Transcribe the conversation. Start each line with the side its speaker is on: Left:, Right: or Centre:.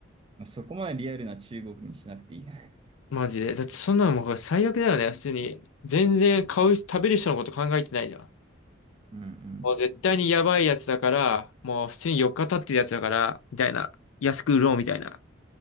Right: まあ、そこまでリアルな中国にしなくていいね。
Left: マジで。だってそんなのもう最悪だよね、普通に。全然買う、食べる人のこと考えてないじゃん。
Right: うんうん。
Left: もう絶対にやばいやつだから、もう普通に4日経ってるやつだから、みたいな。安く売ろうみたいな。